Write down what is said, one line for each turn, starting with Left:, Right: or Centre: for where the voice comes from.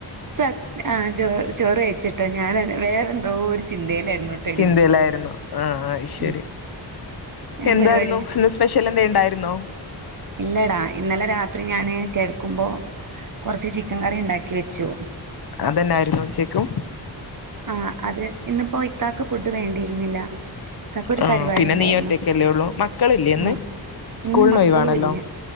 Right: സത്യ ആ ചോറ് ചോർ കഴിച്ചു ട്ടോ, ഞാൻ വേറെ എന്തോ ഒരു ചിന്തയിലായിരുന്നു. ട്ടടി
Left: ചിന്തയിലായിരുന്നു, ആ ശരി
Right: ഉം എന്ത്
Left: എന്തായിരുന്നു
Right: പരിപാടി
Left: സ്പെഷ്യൽ എന്തേലും ഉണ്ടായിരുന്നോ?
Right: ഇല്ലടാ, ഇന്നലെ രാത്രി ഞാന് കിടക്കുമ്പോ കുറച്ച് ചിക്കൻ കറി ഉണ്ടാക്കി വെച്ചു.
Left: അതന്നായിരുന്നു ഉച്ചക്കും.
Right: ആഹ അത്, ഇന്ന് പോയി ഇക്കാക്ക് ഫുഡ് വേണ്ടിയിരുന്നില്ല, ഇക്കാക്കൊരു
Left: ആ
Right: പരിപാടി
Left: പിന്നെ
Right: ഉണ്ടായിരുന്നു.
Left: നീ ഒറ്റക്കല്ലേ ഉള്ളൂ മക്കളില്ലേ ഇന്ന്
Right: ആഹ്
Left: സ്കൂളിന്
Right: ഇന്ന് മക്കളും
Left: ഒഴിവാണല്ലോ
Right: ഇല്ല,